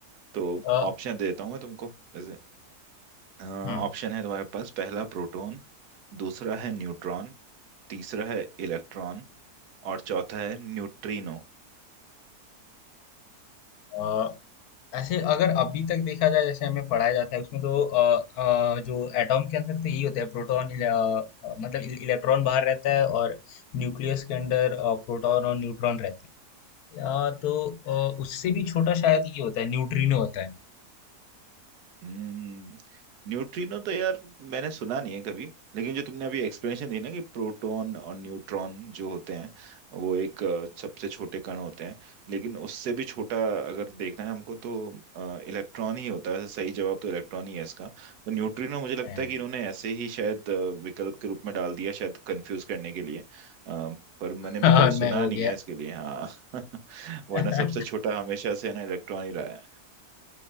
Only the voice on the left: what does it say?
अ,
हम्म
अ, ऐसे अगर अभी तक देखा जाए जैसे हमें पढ़ाया जाता है उसमें तो अ, अ, जो एटॉम के अंदर तो यही होता है प्रोटॉन मतलब इल- इलेक्ट्रॉन बाहर रहता है और न्यूक्लियस के अंदर अ, प्रोटॉन और न्यूट्रॉन रहते हैं या तो अ, उससे भी छोटा शायद ये होता है न्यूट्रिनो होता है
<laughs>
अ, और
मैं हो
गया
अच्छा